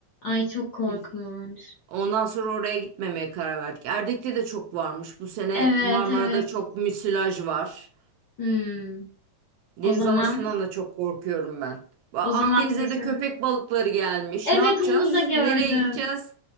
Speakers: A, on the left; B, on the right.
A: ay çok korkunç.
B: Biz ondan sonra oraya gitmemeye karar verdik. Erdek'te de çok varmış. Bu sene
A: Evet,
B: Marmara'da
A: evet.
B: çok müsilaj var.
A: Hmm.
B: Deniz
A: O zaman
B: anasından da çok korkuyorum ben. Ba- Akdeniz'e
A: O zaman bizim.
B: de köpek balıkları gelmiş.
A: Evet
B: Ne yapacağız?
A: onu da gördüm.
B: Nereye gideceğiz?